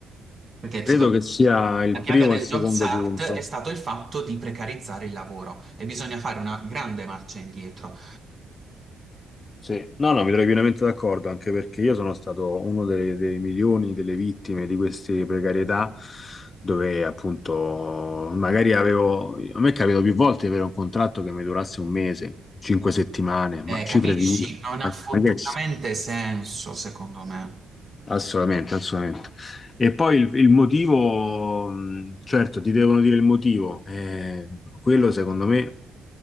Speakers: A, on the right; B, on the left.
A: Perché
B: Credo
A: secondo
B: che sia il
A: la piaga
B: primo
A: del
B: e il secondo
A: Jobs Act
B: punto.
A: è stato il fatto di precarizzare il lavoro e bisogna fare una grande marcia indietro.
B: Sì, no, no, mi trovi pienamente d'accordo, anche perché io sono stato uno delle- dei milioni delle vittime di queste precarietà, dove appunto magari avevo, a me è capitato più volte di avere un contratto che mi durasse un mese, cinque settimane,
A: Eh,
B: ma cifre
A: capisci?
B: di...
A: Non ha fottutamente
B: ma che-
A: senso, secondo me.
B: Assolutamente, assolutamente. E poi il, il motivo, mh, certo, ti devono dire il motivo. eh, quello secondo me,